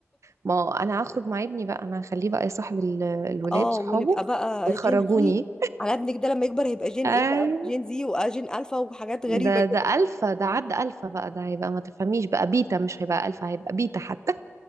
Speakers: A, on the right; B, on the left.
A: ما انا هخرج مع ابني بقى انا هخليه بقى يصاحب ال- الولاد
B: اه
A: صحابه
B: ونبقى بقى
A: ويخرجوني
B: جين زي على ابنك ده لما يكبر هيبقى جين
A: اي
B: ايه بقى جين زي وجين الفا وحاجات غريبه
A: ده ده الفا ده عدى الفا بقى ده هيبقى ما تفهميش بقى بيتا مش هيبقى الفا هيبقى بيتا حتى